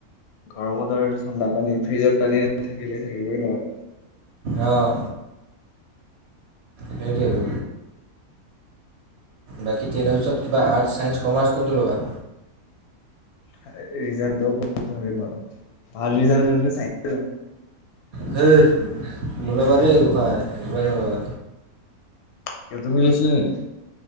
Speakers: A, on the left; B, on the right.
A: গৰমত আৰু ঠাণ্ডা পানী ফ্ৰিজত পানী নথাকিলে থাকিবই নোৱাৰোঁ।
B: অহ, সেইটোৱেটো। বাকী টেনৰ পাছত কিবা আৰ্টছ, চাইন্স, কমাৰ্চ কোনটো ল'বা?
A: সেই ৰিজাল্টটোৰ ওপৰত ভাবিম আৰু ভাল ৰিজাল্ট হ'লে টো চাইন্সে লম।
B: সেই নল'বা দেই গোসাঁই একেবাৰে নল'বা।
A: কিয় তুমি লৈছিলা নেকি?